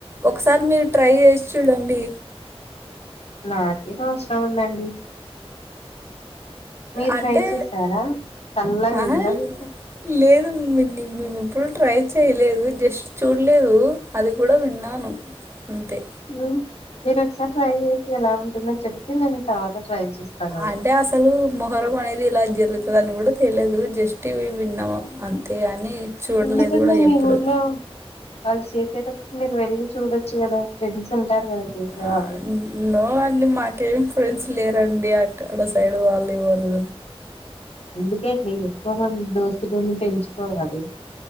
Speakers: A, on the right; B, on the left.
A: ఒకసారి మీరు ట్రై చేసి చూడండి
B: నాకేం అవసరం ఉందండి మీరు
A: అంటే
B: ట్రై చేసారా చల్లగా
A: ఆహా
B: అయిందా మీకు
A: లేదు అండి నీ మేము ఎప్పుడు ట్రై చేయలేదు జస్ట్ చూడలేదు అది కూడా విన్నాను అంతే
B: లో మీరు ఒకసారి ట్రై చేసి ఎలా ఉంటుందో చెప్తే నేను తర్వాత ట్రై చేస్తాను అండి
A: అంటే అసలు మొహరం అనేది ఇలా జరుగుతదని కూడా తెలియదు జస్ట్ ఇవి విన్నాము అంతేగాని చూడలేదు
B: ఎందుకండి
A: కూడా
B: మీ
A: ఎప్పుడు
B: ఊర్లో వాళ్ళు చేసేటప్ మీరు వెళ్ళి చూడొచ్చు కదా ఫ్రెండ్స్ ఉంటారు కదా చేసే
A: ఆ,
B: వాళ్ళు
A: నో అండి మాకేమి ఫ్రెండ్స్ లేరండి అక్కడ సైడ్ వాళ్ళు ఎవ్వరు
B: అందుకేయండి ఎక్కువ మంది దోస్తులను పెంచుకోవాలి